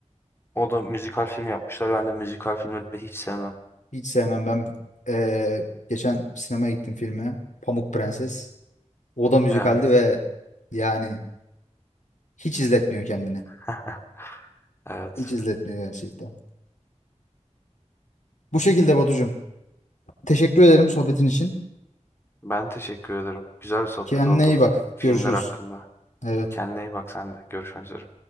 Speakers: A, on the left (about 20°); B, on the left (about 85°).
A: o da müzikal film yapmışlar. Ben de müzikal filmleri hiç sevmem.
B: Hiç sevmem. Ben ee, geçen sinemaya gittim filme. Pamuk Prenses. O da müzikaldi
A: Evet.
B: ve yani hiç izletmiyor kendini.
A: <laughs> Evet.
B: Hiç izletmiyor gerçekten. Bu şekilde Batucuğum. Teşekkür ederim sohbetin için.
A: Ben teşekkür ederim. Güzel bir sohbet
B: Kendine
A: oldu.
B: iyi bak.
A: Filmler
B: Görüşürüz.
A: hakkında.
B: Evet.
A: Kendine iyi bak sen de. Görüşmek üzere.